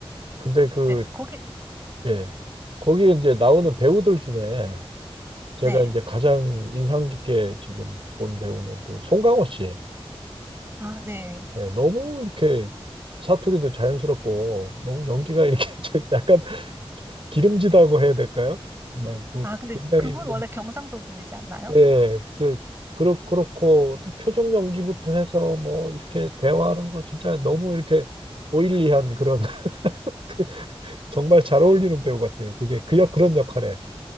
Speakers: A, on the right; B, on the right.
A: 근데 그,
B: 네, 거기,
A: 예. 거기에 이제 나오는 배우들 중에 제가
B: 네.
A: 이제 가장 인상 깊게 지금 본 배우는 그 송강호 씨.
B: 아, 네.
A: 예, 너무 이렇게 사투리도 자연스럽고 너무 연기가 이렇게 <laughs> 저 약간 기름지다고 해야 될까요? 막뭐
B: 아, 근데
A: 굉장히
B: 그분 원래 경상도 분이지 않나요?
A: 예, 그 그렇 그렇고 어떻게 표정 연기부터 해서 뭐 이렇게 대화하는 거 진짜 너무 이렇게 오일리한 그런 <laughs> 그 정말 잘 어울리는 배우 같아요. 그게 그역 그런 역할에.